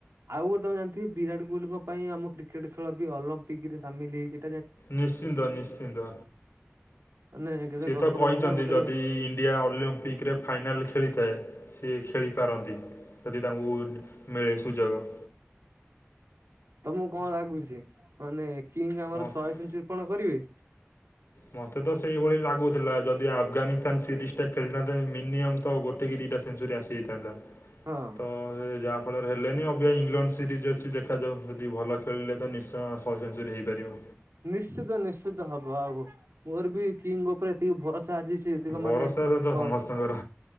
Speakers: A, on the right; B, on the left.
A: ଆଉ ଗୋଟେ ତମେ ଜାଣିଥିବ ବିରାଟ କୋହଲିଙ୍କ ପାଇଁ ଆମ କ୍ରିକେଟ ଖେଳ ବି ଅଲମ୍ପିକ ରେ ସାମିଲ ହେଇଚି।
B: ନିଶ୍ଚିନ୍ତ ନିଶ୍ଚିନ୍ତ
A: ମାନେ କେତେ
B: ସିଏ
A: ଗର୍ବର
B: ତ କଇଚନ୍ତି
A: କଥା ଗୋଟେ
B: ଯଦି ଡିଆ ଅଲମ୍ପିକ୍ ରେ ଫାଇନାଲ୍ ଖେଳିଥାଏ ସିଏ ଖେଳିପାରନ୍ତି। ଯଦି ତାଙ୍କୁ ମିଳେ ସୁଯୋଗ।
A: ତମୁକୁ କଣ ଲାଗୁଚି ମାନେ କିଙ୍ଗ ଆମର
B: ମତ-
A: ଶହେ ସେଞ୍ଚୁରି ପଣ କରିବେ?
B: ମତେ ତ ସେଇଭଳି ଲାଗୁଥିଲା ଯଦି ଆଫଗାନିସ୍ତାନ ସିରିଜ ଟା ଖେଳିଥାନ୍ତେ ମିନିୟମ୍ ତ ଗୋଟେ କି ଦିଟା ସେଞ୍ଚୁରି ଆସିଯାଇଥାନ୍ତା।
A: ହଁ।
B: ତ ସେ ଯାହାଫଳରେ ହେଲେନି ଅବିଆ ଇଂଲଣ୍ଡ ସିରିଜ୍ ଅଛି ଦେଖାଯାଉ ଯଦି ଭଲ ଖେଳିଲେ ତ ନିଶ୍ ତ ଶହେ ସେଞ୍ଚୁରି ହେଇପାରିବ।
A: ନିଶ୍ଚିତ ନିଶ୍ଚିତ ହବ ଆଉ ମୋର ବି କିଙ୍ଗ ଉପରେ ଏତିକି ଭରସା ଆଜିସ୍ <unintelligible>
B: ଭରସା
A: ମାନେ
B: ତ
A: କଣ
B: ସମସ୍ତଙ୍କର